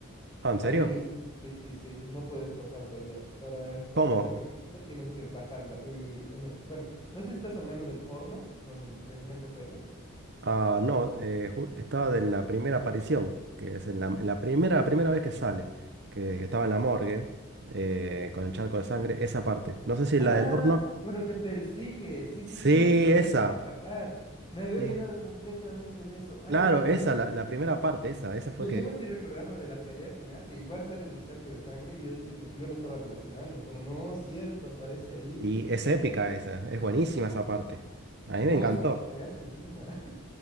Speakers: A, on the right; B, on the left.
A: Ah, ¿en
B: Al
A: serio?
B: inicio. Sí, sí, sí. No puedes pasar de ella. Para pasar
A: ¿Cómo?
B: de capítulo tienes que bajarla. Y en e- bueno, no sé si estás hablando del horno donde te enfrentas a ella.
A: Ah, no, eh, ju- estaba en la primera aparición, que es en la, en la primera, primera vez que sale, que, que estaba en la morgue, eh, con el charco de sangre, esa parte. No sé si
B: Ah,
A: la del horno.
B: bueno, te persigue. Sí, sí,
A: Sí,
B: sí. Y tú
A: esa.
B: tienes que escapar. Me había
A: Sí.
B: olvidado completamente de eso. Ay,
A: Claro,
B: Dios.
A: esa, la, la primera parte, esa, esa fue
B: Yo,
A: que...
B: yo me estoy recordando de la pelea final, que igual sale del charco de sangre y yo, estoy, lo- yo lo estaba relacionando, pero no, cierto, aparece ahí.
A: Y es épica
B: Uy,
A: esa,
B: uy,
A: es
B: uy.
A: buenísima esa parte. A mí
B: No,
A: me encantó.
B: es que te cagas encima.